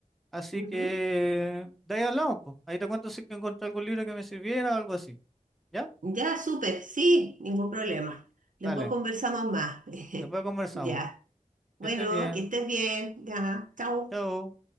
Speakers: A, in the centre; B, on the right.
A: Así
B: Ujú.
A: que de ahí hablamos, pues. Ahí te cuento si que encontré algún libro que me sirviera o algo así. ¿Ya?
B: Ya, súper, sí, ningún problema.
A: Dale.
B: Después conversamos más. <laughs>
A: Después conversamos.
B: Ya. Bueno,
A: Que estés bien.
B: que estés bien. Ya, chao.
A: Chao.